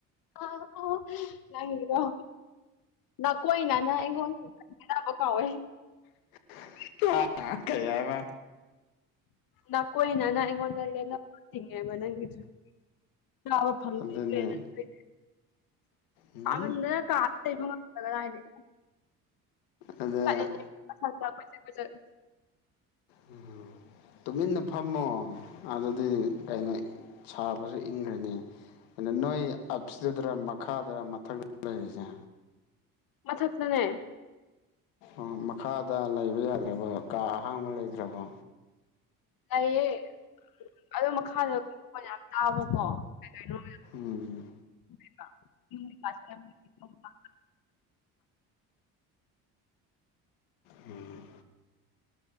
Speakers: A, on the left; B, on the left.
A: <unintelligible> ꯅꯪꯒꯤꯗꯣ ꯅꯥꯀꯣꯏ ꯅꯥꯅ ꯑꯩꯉꯣꯟꯗ ꯁꯤꯡꯅꯕ ꯀꯧꯋꯦ
B: <unintelligible> ꯀꯩ ꯍꯥꯢꯕ
A: ꯅꯥ ꯀꯣꯏꯅꯅꯥ ꯑꯩꯉꯣꯟꯗ ꯂꯦꯅꯕ ꯆꯤꯡꯉꯦꯕ ꯅꯪꯒꯤꯗꯣ ꯆꯥꯕ <unintelligible>
B: ꯑꯗꯨꯅꯦ
A: <unintelligible>
B: ꯎꯝ
A: ꯁꯥꯃꯟꯗꯅ ꯀꯥꯗ ꯂꯩꯕ ꯉꯝꯗꯦ ꯀꯔꯥꯢꯗꯒꯤ
B: ꯑꯗ
A: <unintelligible>
B: ꯎꯝ ꯇꯨꯃꯤꯟꯅ ꯐꯝꯃꯣ ꯑꯗꯨꯗꯤ ꯀꯩꯅꯣ ꯁꯥꯕꯁꯨ ꯏꯡꯒ꯭ꯔꯅꯤ ꯑ ꯅꯣꯏ ꯑꯞꯇꯗꯔ ꯃꯈꯥꯗꯔ ꯃꯊꯛꯇꯔ ꯂꯩꯔꯤꯁꯦ
A: ꯃꯊꯛꯇꯅꯦ
B: ꯑꯣ ꯃꯈꯥꯗ ꯂꯩꯕ ꯌꯥꯗ꯭ꯔꯦꯕ ꯀꯥ ꯑꯍꯥꯡꯕ ꯂꯩꯇ꯭ꯔꯕꯣ
A: ꯂꯩꯌꯦ ꯑꯗꯣ ꯃꯈꯥꯗ ꯃꯈꯣꯟ ꯌꯥꯝ ꯇꯥꯕꯀꯣ ꯀꯩ ꯀꯩꯅꯣ
B: ꯎꯝ
A: <unintelligible>
B: ꯎꯝ